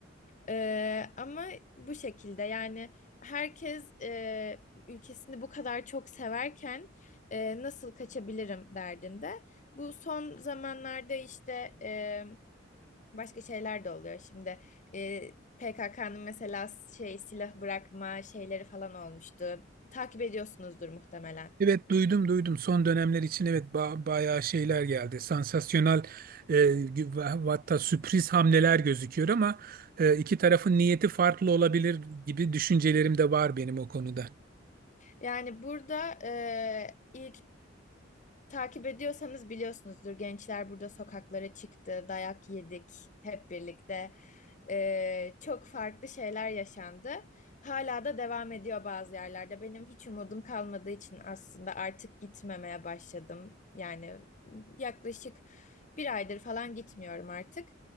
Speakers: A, on the left; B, on the right.
A: Ee, ama bu şekilde yani herkes e, ülkesini bu kadar çok severken e, nasıl kaçabilirim derdinde. Bu son zamanlarda işte e, başka şeyler de oluyor. Şimdi e, PKK'nın mesela şey silah bırakma şeyleri falan olmuştu. Takip ediyorsunuzdur muhtemelen.
B: Evet duydum duydum son dönemler için evet ba- bayağı şeyler geldi sansasyonel e, gü- ve hatta sürpriz hamleler gözüküyor ama e, iki tarafın niyeti farklı olabilir gibi düşüncelerim de var benim o konuda.
A: Yani burada e, ilk Takip ediyorsanız biliyorsunuzdur. Gençler burada sokaklara çıktı, dayak yedik hep birlikte. Ee, çok farklı şeyler yaşandı. Hala da devam ediyor bazı yerlerde. Benim hiç umudum kalmadığı için aslında artık gitmemeye başladım. Yani yaklaşık bir aydır falan gitmiyorum artık.